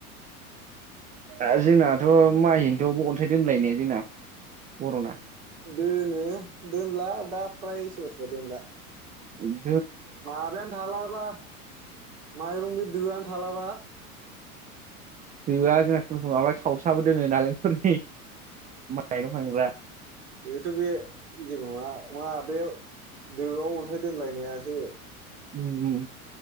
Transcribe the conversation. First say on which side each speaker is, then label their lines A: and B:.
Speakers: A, on the right; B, on the right.
A: आ जोंनाथ' माइहेन दोआवबो अन्थाइ दोनलायनाया जोंना बर'ना
B: दोनो दोनला दा फ्राय सोरबा सोरबा दोनला
A: उम
B: माबायानो थालाबा माइरं बि दोआनो थालाबा <inaudible>
A: दोआ जोंना <unintelligible> माबा खावसाबो दोङो नालेंखरनि माइरं खांग्रा
B: बेथ' बे जेबो नङा नङा बे दोआव अन्थाइ दोनलायनायासो
A: उम